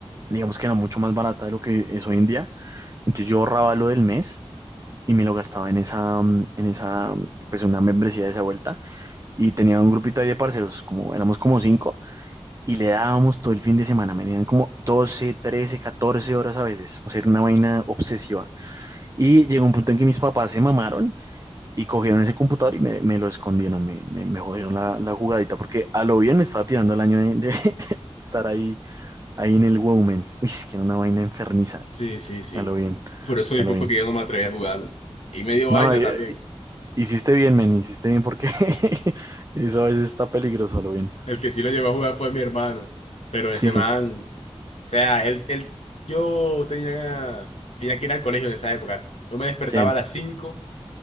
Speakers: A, on the right; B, on the left.
A: digamos que era mucho más barata de lo que es hoy en día. Entonces yo ahorraba lo del mes y me lo gastaba en esa, mm, en esa, mm, pues una membresía de esa vuelta. Y tenía un grupito ahí de parceros, como éramos como cinco, y le dábamos todo el fin de semana, me dieron como 12 13 14 horas a veces, o sea, era una vaina obsesiva. Y llegó un punto en que mis papás se mamaron y cogieron ese computador y me, me lo escondieron, me, me, me jodieron la, la jugadita, porque a lo bien me estaba tirando el año de, de <laughs> estar ahí, ahí en el Woman. Uy, es que era una vaina enfermiza,
B: Sí, sí, sí.
A: a lo bien,
B: Por eso mismo
A: a lo bien.
B: fue que yo no me atreví a jugarlo. Y me dio
A: No,
B: vaina
A: y,
B: también.
A: Hiciste bien, men, hiciste bien porque <laughs> eso a veces está peligroso, lo bien.
B: El que sí lo llegó a jugar fue mi hermano, pero ese
A: Sí,
B: man... sea, él, él, yo tenía, tenía que ir al colegio en esa época. Yo me despertaba
A: sí.
B: a las cinco